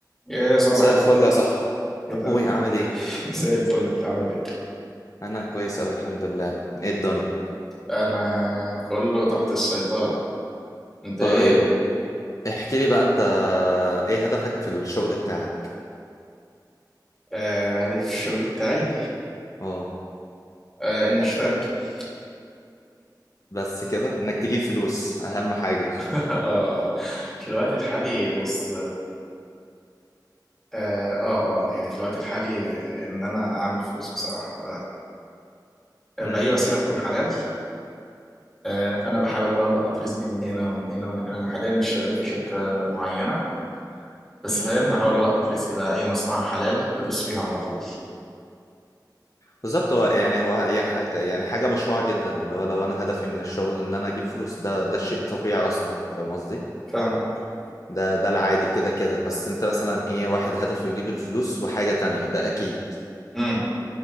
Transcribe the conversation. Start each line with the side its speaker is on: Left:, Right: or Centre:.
Centre: يا صباح
Left: مساء
Centre: الفل
Left: الفل يا صاحبي
Centre: ايه
Left: اخوي
Centre: ده
Left: عامل ايه
Centre: <laughs> زي الفل انت عامل ايه
Left: انا كويس اوي الحمد لله ايه الدنيا
Centre: انا كله تحت السيطرة انت
Left: طيب
Centre: ايه
Left: احكي لي بقى انت ايه هدفك في الشغل بتاعك
Centre: آه هدفي في الشغل بتاعي
Left: اه
Centre: آه ان اشتغل <laughs>
Left: بس كده انك تجيب فلوس اهم حاجه
Centre: اه آه. في الوقت الحالي بص اه اه اه يعني في الوقت الحالي ان انا اعمل فلوس بصراحة
Left: <laughs>
Centre: آه
Left: امم
Centre: بأي وسيلة تكون حلال آه فانا بحاول بقى القط رزقي من هنا ومن هنا ومن هنا انا حاليا مش شغال في شركة معينة بس
Left: امم
Centre: فاهم بحاول القط رزقي بقى اي مصلحة حلال بدوس فيها على طول
Left: بالظبط هو يعني هو هي ح- يعني حاجه مشروعه جدا اللي هو لو انا هدفي من الشغل ان انا اجيب فلوس ده ده شيء طبيعي اصلا فاهم قصدي
Centre: فاهمك
Left: ده ده العادي كده كده بس انت مثلا ايه واحد هدفه يجيب الفلوس وحاجه تانية ده اكيد
Centre: امم